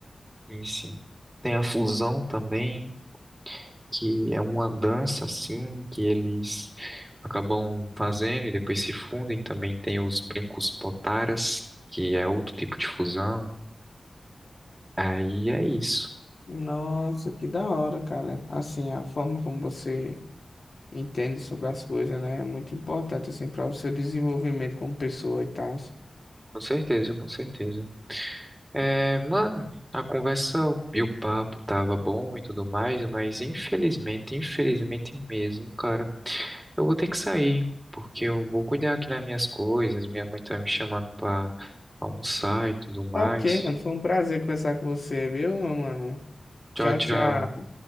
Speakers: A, on the right; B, on the left.
A: E sim. Tem a fusão também. que é uma dança assim que eles acabam fazendo e depois se fundem. Também tem os brincos potaras, que é outro tipo de fusão. Aí é isso.
B: Nossa, que da hora, cara. Assim, a forma como você entende sobre as coisas, né? É muito importante, assim, para o seu desenvolvimento como pessoa e tal.
A: Com certeza, com certeza. É, mano, a conversa e o papo tava bom e tudo mais, mas infelizmente, infelizmente mesmo, cara, eu vou ter que sair, porque eu vou cuidar aqui das minhas coisas, minha mãe tá me chamando pra almoçar e tudo mais.
B: Tá ok, mano. Foi um prazer conversar com você, viu, meu mano?
A: Tchau,
B: Tchau,
A: tchau.
B: tchau.